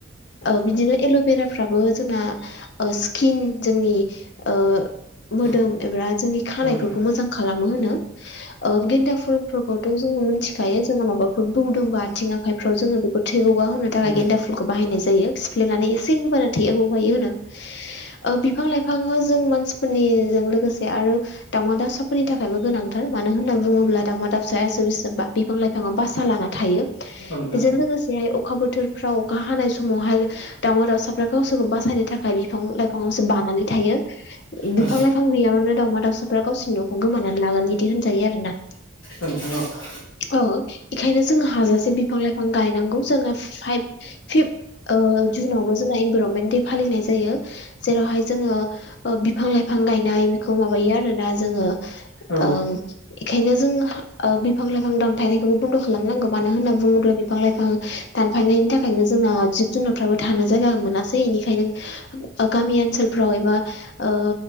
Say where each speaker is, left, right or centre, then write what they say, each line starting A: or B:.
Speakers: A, on the left; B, on the left.
A: ओ बिदिनो एल'भेराफ्राबो जोंना ओ सिकिन जोंनि ओ मोदोम
B: औ
A: एबा जोंनि खानायफोरखौ
B: औ नोंथां
A: मोजां खालामो होनो ओ गेन्दा फुलफोरखौथ' जोंङो मिथिखायो जोंना माबा बो बौदोंबा आथिं आखाइफ्राव जोंङो बेखौ थै गगा होनो थाखाय
B: उम
A: गेन्दा फुलखौ बाहायनाय जायो। फ्लेनानै एसे होबानो थैया गगायो होनो। ओ बिफां लाइफांखो जों मानसिफोरनिजों लोगोसे आरो दावमा दउसाफोरनि थाखायबो गोनांथार मानो होनना बुंङोब्ला दावमा दाबसायासो <unintelligible> फां लाइफांङा बासा लाना थायो
B: औ नोंथां
A: बेजों
B: औ
A: लोगोसे अखा बोथोरफ्राव अखा हानाय समावहाय दावउमा दाउसाफ्रा गावसोरखौ बासायनो थाखाय बिफां लाइफांङावसो बानानै थायो।
B: औ
A: बिफां लाइफां गैयाबानो दावमा दाउसाफोरा गावसिनि न'खौ खोमानानै लागोन बिदि होनजायो आरो ना।
B: <unintelligible>
A: औ इखायनो जोंङो हाजासे बिफां लाइफां गायनांगौ जोंना फाइभ फिफ्थ ओ जुन आवबो जोंना इनभरनमेन्ट दे फालिनाय जायो। जेरावहाय जोङो ओ बिफां लाइफां गायनाय बेखौ माबायो आरो ना जोंङो ‌
B: औ
A: ओं इखायनो जों ओ बिफां लाइफ फां दानफायनायखौबो बन्द' खालामनांगौ मानो होन्ना बुंङोब्ला बिफां लाइफां दानफायनायनि थाखायनो जोंना जिब जुनारफ्राबो थानो जायगा मोनासै इनिखायनो गामि ओनसोलफ्राव एबा ओ